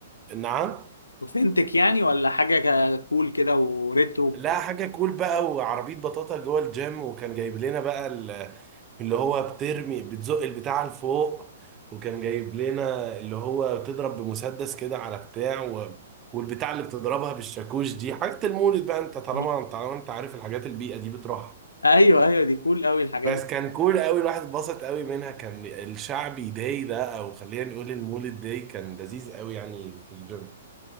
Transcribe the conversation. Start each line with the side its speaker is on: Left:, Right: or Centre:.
Right: نعم
Left: اوثنتك يعني ولا حاجه كا- كول كده وريترو
Right: لا حاجة كول بقى وعربية بطاطا جوه الجيم وكان جايب لنا بقى ال- اللي هو بترمي بتزق البتاع لفوق وكان جايب لنا اللي هو بتضرب بمسدس كده على بتاع و... والبتاع اللي بتضربها بالشاكوش دي حاجة المولد بقى انت طالما
Left: <laughs>
Right: طالما انت عارف الحاجات البيئة دي بتروحها
Left: ايوه ايوه دي كول قوي الحاجات
Right: بس
Left: دي
Right: كان كول قوي الواحد اتبسط قوي منها كان الشعبي داي ده او خلينا نقول المولد داي كان لذيذ قوي يعني في الجيم